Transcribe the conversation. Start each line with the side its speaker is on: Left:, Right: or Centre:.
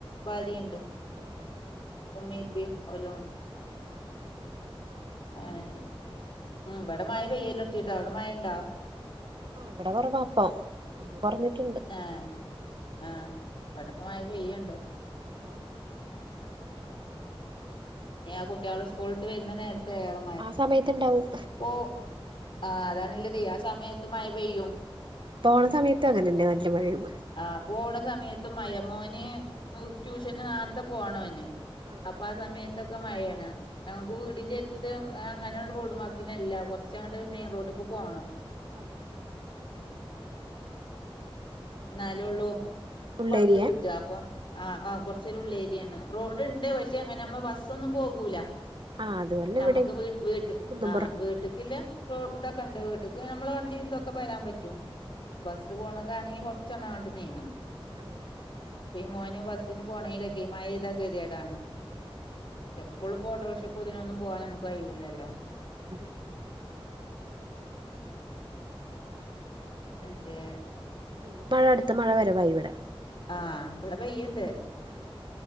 Left: ഭാര്യേണ്ട്
Right: ആഹ് അതെ
Left: ഉമ്മീം ഉപ്പീം ഓലൂണ്ട് അങ്ങനാണ്ട് ഉം ഇബടെ മയ പെയ്യലിർത്തീട്ടാ അവ്ടെ മയണ്ടാ
Right: ആഹ് ഇവടെ കൊറവാപ്പൊ ഒന്ന് കൊറഞ്ഞ്ട്ട്ണ്ട്
Left: ഏഹ് ഏഹ് എടക്ക് മയ പെയ്യ്ണ്ട്
Right: ആഹ്
Left: ഇനി ആ കുട്ട്യാള് സ്കൂള്ട്ട് വര്ണ നേരത്ത് പെയ്യണം
Right: ആ സമയത്ത്ണ്ടാവും
Left: ഓഹ് ആഹ് അതാണ്ള്ളത് ആ സമയത്ത് മയ പെയ്യും
Right: പോണ സമയത്ത് അങ്ങനന്നെ നല്ല മഴയും
Left: ആന് പോണ സമയത്തും മയ മോന് ട്യൂഷന് നാർത്തെ പോണോന്
Right: ആഹ്
Left: അപ്പാ സമയത്തൊക്കെ മയേണ് ഞങ്ങക്ക് വീടിന്റെ എടുത്ത് അങ്ങനെ റോഡ് വക്കിന്നല്ല കുറച്ചങ്ങട്ട് മെയിൻ റോഡ്ക്ക് പോണം
Right: അതെ ആ
Left: ഇന്നാലുള്ളു
Right: ഉള്ളേരിയ
Left: ബസ്സ് കിട്ട അപ്പൊ ആ ആ കൊറച്ചൊരു ഉള്ളേരിയാണ് റോഡ്ണ്ട് പക്ഷെ അങ്ങനെ നമ്മ ബസ്സൊന്നും പോകൂല
Right: ആഹ് അതുപോലെ
Left: നമ്മക്ക്
Right: ഇവിടെയും
Left: വീ വീട്ട്
Right: കുന്നുംപുറം
Left: ആ വീട്ട്ക്കില്ല റോ ഇതൊക്കെണ്ട് വീട്ട്ക്ക് നമ്മളെ വണ്ടി ഇതൊക്കെ വരാൻ പറ്റും ബസ്സ് പോണതാണെങ്കിൽ കു റച്ചൊന്ന് അങ്ങട്ട് നീങ്ങണം
Right: ഉം
Left: ഇപ്പ ഈ മോന് ബസ്സിന് പോണെങ്കിലൊക്കെ ഈ മയ പെയ്താ ഗെതിയേടാണ് എപ്പോളും ഇപ്പോ ഓട്ടോറ്ക്ഷക്ക് ഇതിനൊന്നും പോവാൻ നമുക്ക് കഴൂല്ലല്ലോ
Right: അതെ
Left: എന്നിറ്റ്
Right: ഇനി മഴ അടുത്ത മഴ വരവായി ഇവിടെ
Left: ആഹ് ഇവിടെ പെയ്യ്ണ്ട്
Right: ആഹ്